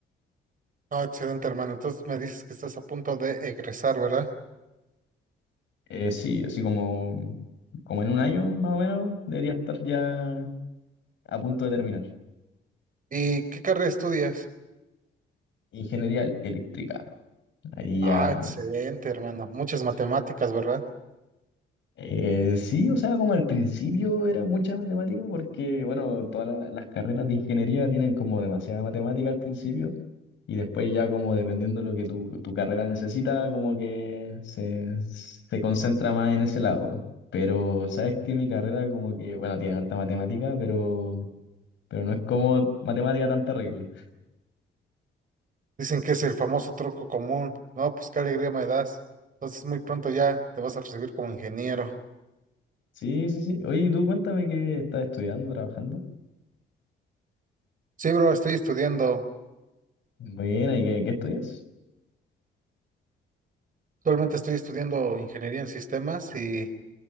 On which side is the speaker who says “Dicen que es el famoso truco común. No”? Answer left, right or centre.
Right